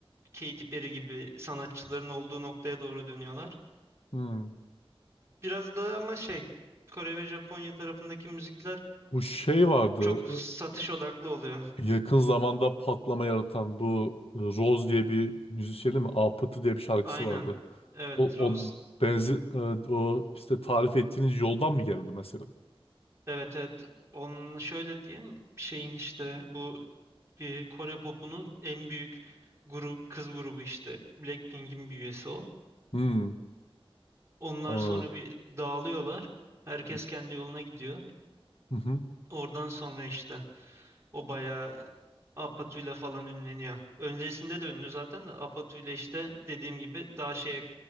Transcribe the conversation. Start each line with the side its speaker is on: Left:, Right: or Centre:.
Right: Katy Perry gibi sanatçıların olduğu noktaya doğru dönüyorlar.
Left: hı.
Right: Biraz da ama şey Kore ve Japonya tarafındaki müzikler
Left: Bu şey vardı.
Right: çok satış
Left: ıı,
Right: odaklı oluyor.
Left: Yakın zamanda patlama yaratan bu e, Rose diye bir müzisyenin mi? Apıtı diye bir şarkısı
Right: Aynen.
Left: vardı.
Right: Evet
Left: O,
Right: Rose.
Left: o benzi e, o işte tarif ettiğiniz yoldan mı geldi mesela?
Right: Evet evet. Onun şöyle diyeyim şeyin işte bu e, Kore popunun en büyük grup kız grubu işte Blackpink'in bir üyesi o.
Left: Hmm,
Right: Onlar
Left: anladım.
Right: sonra bir dağılıyorlar. Herkes
Left: Hı
Right: kendi yoluna gidiyor.
Left: hı. hı.
Right: Oradan sonra işte o bayağı Apatu'yla falan ünleniyor. Öncesinde de ünlü zaten de Apatu'yla işte dediğim gibi daha şeye